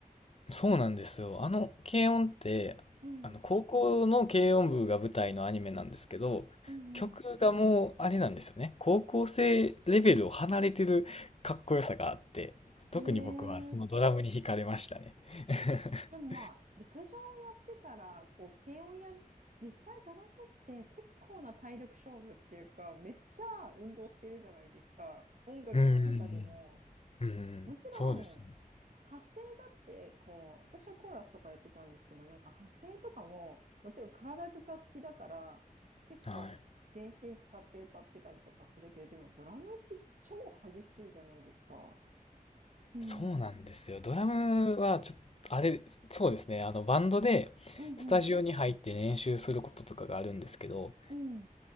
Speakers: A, on the left; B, on the right.
A: そうなんですよ。あの、軽音って、
B: うん
A: あの、高校の軽音部が舞台のアニメなんですけど、
B: うん。
A: 曲がもう、
B: うんう
A: あれなんですよね。高校生レベルを離れてるかっこよさがあって、特に僕はそのドラムに惹かれましたね。
B: ん。ええ
A: <laughs>
B: でもまあ、陸上をやってたら、こう、軽音やる、実際ドラムって結構な体力勝負っていうか、めっちゃ運動してるじゃないですか。音楽の中でも。
A: うん、うんうん、うんうん、
B: もちろん、
A: そうです、そうです。
B: 発声だって、こう、私はコーラスとかやってたんですけど、なんか発声とかも、もちろん体が楽器だから、結構全身使って歌ってたりとかするけど、
A: はい。
B: でもドラムって超激しいじゃないですか。うん、
A: そうなんですよ。
B: うん、
A: ドラムはちょっと、あれ、そうですね。あの、バンドでスタジオに入って練習することとかがあるんですけど、
B: うん、うん、